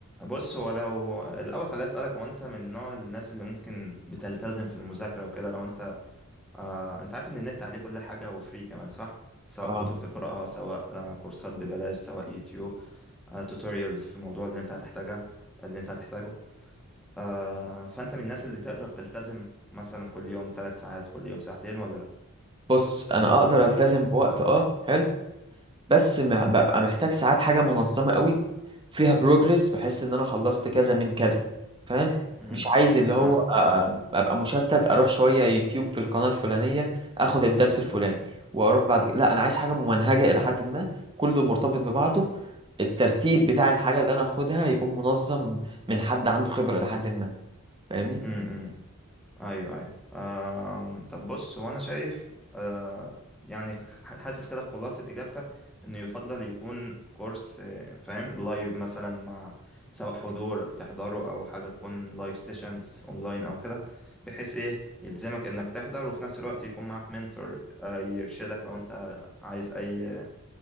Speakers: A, in the centre; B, on the right.
A: بص هو لو الأول خليني أسألك هو أنت من نوع الناس اللي ممكن بتلتزم في المذاكرة وكده لو أنت آه، أنت عارف إن النت عليه كل حاجة وفري كمان صح؟ سواء
B: اه
A: كتب تقرأها سواء آه، كورسات ببلاش سواء يوتيوب توتوريالز في الموضوع اللي أنت هتحتاجها اللي أنت هتحتاجه آه، فأنت من الناس اللي تقدر تلتزم مثلا كل يوم ثلاث ساعات كل يوم ساعتين ولا لأ؟
B: بص انا اقدر التزم بوقت اه حلو بس مع- ببقى محتاج ساعات حاجة منظمة قوي فيها بروجرس بحس ان انا خلصت كذا من كذا فاهم
A: مم.
B: مش عايز اللي
A: فاهم
B: هو آه، آه، ابقى مشتت اروح شوية يوتيوب في القناة الفلانية اخد الدرس الفلاني واروح بعد كده لا انا عايز حاجة ممنهجة الى حد ما كله مرتبط ببعضه الترتيب بتاع الحاجة اللي انا اخدها يكون منظم من حد عنده خبرة الى حد ما فاهمني
A: م- م- ايوه ايوه آم، طب بص هو انا شايف آه، يعني ح- حاسس كده خلاصة اجابتك انه يفضل يكون كورس آه، فاهم لايف مثلا مع سواء حضور تحضره او حاجة تكون لايف سيشنز اونلاين او كده بحيث ايه يلزمك انك تحضر وفي نفس الوقت يكون معاك منتور يرشدك لو انت عايز اي